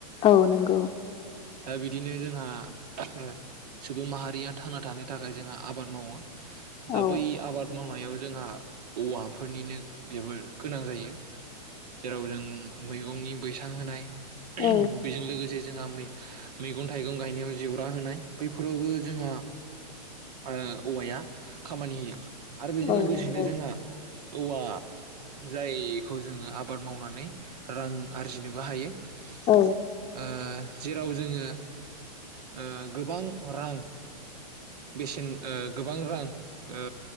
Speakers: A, on the left (about 25°); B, on the right (about 70°).
A: औ नंगौ।
B: दा बिदिनो जोंहा ओ सुबुं माहारिया थांना थानो थाखाय जोंहा आबाद मावो।
A: औ
B: दा बै आबाद मावनायाव जोंहा औवाफोरनिनो जोबोर गोनां जायो जेराव जों मैगंनि बैसां होनाय
A: औ
B: ओह्म बेजों लोगोसे जोंहा मै मैगं-थाइगं गायनायाव जेवरा होनाय बैफोरावबो जोंहा ओ औवाया खामानि होयो। आरो बेजों
A: औ
B: लोगोसेनो
A: नंगौ
B: जोंहा औवा जायखौ जोङो आबाद मावनानै रां आरजिनोबो हायो। ओ
A: औ
B: जेराव जोङो ओ गोबां रां बेसेन ओ गोबां रां ओ